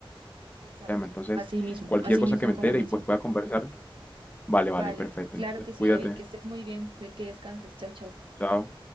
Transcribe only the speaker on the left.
tema. Entonces,
cualquier
cosa
que me
entere
y pues pueda conversar, vale,
vale, perfecto.
Entonces,
cuídate.
Chao.